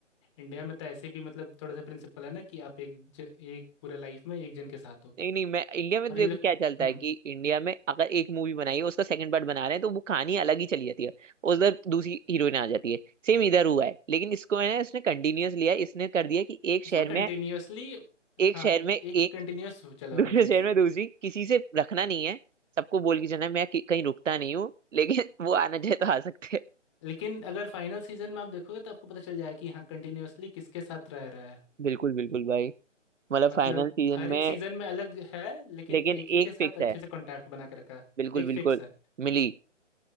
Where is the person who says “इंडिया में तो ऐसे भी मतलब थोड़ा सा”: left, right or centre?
Left